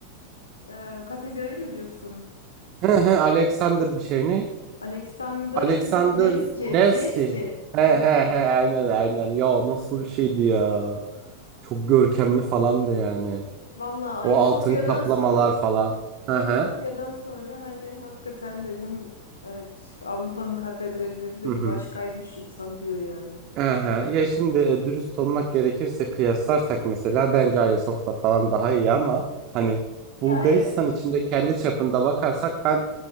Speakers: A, on the left; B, on the right.
A: Ee, katedrali mi diyorsun?
B: He he Alexander bir şey ne?
A: Alexander
B: Alexander
A: Nevski.
B: Nevski.
A: Nevski.
B: He he
A: Nevski.
B: he aynen aynen. Ya nasıl bir şeydi ya? Çok görkemli falan da yani.
A: Valla Ayasofya'dan
B: O altın kaplamalar
A: so
B: falan.
A: Ayasofya'dan
B: He he.
A: sonra hani hakikaten dedim evet Avrupa'nın katedralleri de
B: Hı hı.
A: bir başkaymış insan diyor yani.
B: Aha, ya şimdi e, dürüst olmak gerekirse kıyaslarsak mesela bence Ayasofya falan daha iyi ama hani
A: Ya
B: Bulgaristan
A: evet.
B: içinde kendi çapında bakarsak ben